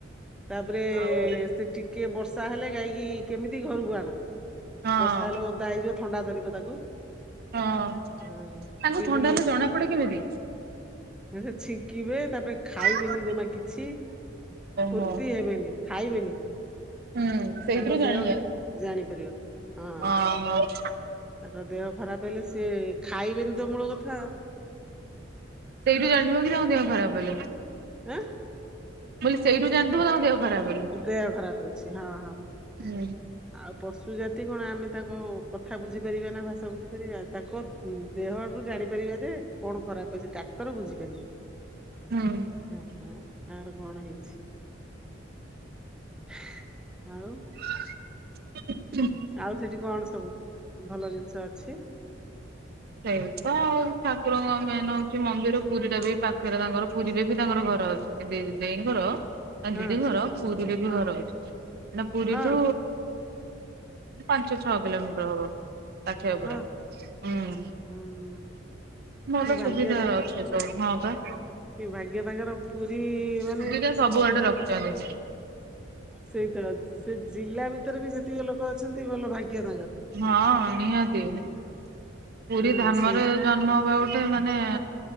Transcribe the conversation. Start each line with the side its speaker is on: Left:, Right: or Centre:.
Centre: ତାପରେ
Right: ଆଉ
Centre: ସେ ଟିକିଏ ବର୍ଷା ହେଲେ ଗାଈକି କେମିତି ଘରକୁ ଆଣ।
Right: ହଁ
Centre: ବର୍ଷା ହେଲେ ଓଦା ହେଇଯିବ ଥଣ୍ଡା ଧରିବ ତାକୁ।
Right: ହଁ ତାଙ୍କୁ
Centre: ହଁ ବିଜୁଳି
Right: ଥଣ୍ଡା ହେଲେ ଜଣା ପଡେ କେମିତି?
Centre: ସେ ଛିଙ୍କିବେ ତାପରେ ଖାଇବେନି
Right: ଓହୋ
Centre: ଜମା କିଛି ଫୁର୍ତ୍ତି
Right: ହୁଁ
Centre: ହେବେନି। ଖାଇବେନି।
Right: ହୁଁ ସେଇଥିରୁ
Centre: ତାଙ୍କ
Right: ଜାଣି
Centre: ଦେହ
Right: ହୁଏ
Centre: ଜାଣିପାରିବ ହଁ
Right: ଅହ।
Centre: ତାଙ୍କ ଦେହ ଖରାପ ହେଲେ ସିଏ ଖାଇବେନି ତ ମୂଳ କଥା।
Right: ସେଇଠୁ ଜାଣିିଯିବ କି ତାଙ୍କ ଦେହ ଖରାପ ହେଲେ।
Centre: ଏଁ
Right: ମୁଁ କହିଲି ସେଇଠୁ ଯାଣୁଥିବ ତାଙ୍କ ଦେହ ଖରାପ ବୋଲି।
Centre: ଦେହ ଖରାପ ଅଛି ହଁ ହଁ।
Right: ହୁଁ।
Centre: ଆଉ ପଶୁ ଜାତି କଣ ଆମେ ତାଙ୍କ କଥା ବୁଝିପାରିବା ନା ଭାଷା ବୁଝିପାରିବା ତାଙ୍କ ଦେହ ରୁ ଜାଣିପାରିବା ଯେ କଣ ଖରାପ ଅଛି ଡାକ୍ତର ବୁଝିପାରିବେ।
Right: ହଁ
Centre: ଓହୋ ଆର କଣ ହେଇଛି ଆଉ
Right: ହୁଁ ହୁଁ
Centre: ଆଉ ସେଠି କଣ ସବୁ ଭଲ ଜିନିଷ ଅଛି।
Right: ସେଇ ତ ଆଉ ଠାକୁରଙ୍କ ମେନ ହଉଛି ମନ୍ଦିର ପୁରୀ ଟା ବି ପାଖରେ ତାଙ୍କର ପୁରୀରେ ବି ତାଙ୍କର ଘର ଅଛି। ଏ ଦେ ଦେଇଙ୍କର ନା
Centre: ହଁ
Right: ଦିଦି ଘର ପୁରୀରେ ବି
Centre: ହଁ
Right: ଘର ଅଛି ହେନେ ପୁରୀଠୁ
Centre: ହଁ
Right: ପାଞ୍ଚ ଛଅ କିଲୋମିଟର ହବ ପାଠିଆ ପୁରା
Centre: ହଁ
Right: ହୁଁ।
Centre: ହୁଁ
Right: ଭଲ
Centre: କି
Right: ସୁବିଧା
Centre: ଭାଗ୍ୟ ତାଙ୍କ
Right: ଅଛି ସବୁ ହଁ ପା।
Centre: କି ଭାଗ୍ୟ ତାଙ୍କର ପୁରୀ ମାନେ
Right: ସୁବିଧା
Centre: ସେ
Right: ସବୁଆଡେ
Centre: ଯିଏ
Right: ରଖିଛନ୍ତି।
Centre: ସେଇତ ସେ ଜିଲ୍ଲା ଭିତରେ ବି ଯେତିକି ଲୋକ ଅଛନ୍ତି ଭଲ ଭାଗ୍ୟ ତାଙ୍କ
Right: ହଁ ନିହାତି ପୁରୀ
Centre: ହଁ
Right: ଧାମରେ
Centre: ସେଇତ
Right: ଜ ମ ବା ଗୋଟେ ମାନେ